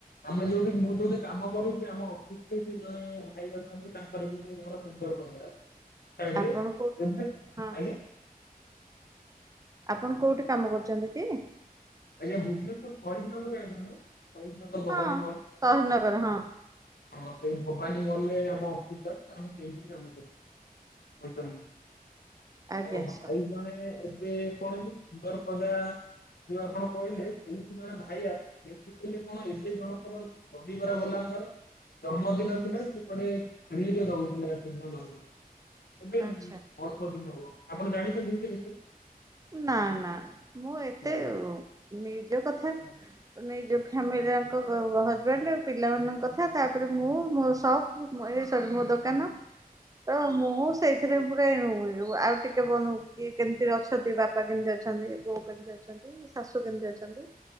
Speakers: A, on the left (about 85°); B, on the right (about 20°).
A: ଆମେ ଯୋଉଠି ମୁଁ ଯୋଉଠି କାମ କରୁଛି ଆମ ଅଫିସରେ ବି ଜଣେ ଭାଇ ଅଛନ୍ତି ତାଙ୍କର ବି ସେଇ ଘର ସୁନ୍ଦରପଦା। ସାଇଡ
B: ଆପଣ
A: ରେ
B: କୋଉଠି
A: ଏବେ
B: ହଁ
A: ଆଜ୍ଞା
B: ଆପଣ କୋଉଠି କାମ କରୁଚନ୍ତି କି
A: ଆଜ୍ଞା ଭୁବନେଶ୍ଵର ଫରିଦ୍ ନଗର ଜାଣିଛନ୍ତି ନା ଫରିଦନଗର ଭବାନୀ
B: ହଁ
A: ମଲ
B: ସହିଦନଗର ହଁ
A: ହଁ ସେଇ ଭବାନୀ ମହଲରେ ଆମେ ଅଫିସ୍ ଟା ଆମେ ସେଇଠି କାମ କରୁଛୁ ଅଚାନକ
B: ଆଜ୍ଞା
A: ତ ଭାଇ
B: ସରି
A: ଜଣେ ଏବେ କଣ କି ସୁନ୍ଦରପଦା ଯୋଉ ଆପଣ କଇଲେ ଏଇଠି ଜଣେ ଭାଇ ଆସିଥିଲେ ସେ କହିଲ କଣ ଏବେ ଜଣଙ୍କର ଦହିବରା ବଲାଙ୍କର ଜନ୍ମଦିନ ଥିଲା ସିଆକୁଆଡେ ଫ୍ରିରେ ଦଉଥିଲେ ସେଦିନ ଧରଥିଲେ ଦହିବରା ଏବେ ଅଳ୍ପ
B: ଆଚ୍ଛା
A: ଦିନ ହବ ଆପଣ ଜାଣିଛନ୍ତି କି ସେବିଷୟରେ
B: ନା ନା ମୁଁ ଏତେ
A: ଆଜ୍ଞା
B: ନିର୍ଜ କଥା ନିଜ ଫ୍ୟାମିଲିଆଙ୍କ ହଜବେଣ୍ଡ ପିଲାମାନଙ୍କ କଥା ତାପରେ ମୁଁ ମୋ ସକ୍‌ ମୁଁ ଏ ସ ମୋ ଦୋକାନ
A: ହ
B: ତ ମୁଁ ସେଇଥିରେ ପୁରା ଏଣୁ ଆଉ ଟିକେ ବନ କି କେମିତି ଅଛ ଅଛନ୍ତି ବାପା କେମିତି ଅଛନ୍ତି ବୋଉ କେମିତି ଅଛନ୍ତି ଶାଶୁ କେମିତି ଅଛନ୍ତି